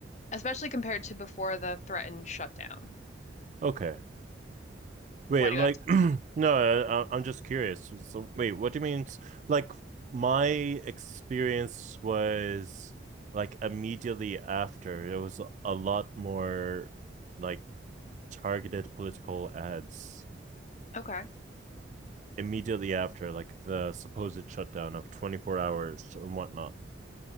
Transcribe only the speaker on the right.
Okay. Wait,
like,
<clears throat> no, I, I- am just curious. So, wait, what do you mean? s- Like, my experience was like immediately after, it was a lot more like targeted political ads
immediately after, like the supposed shutdown of 24 hours or whatnot.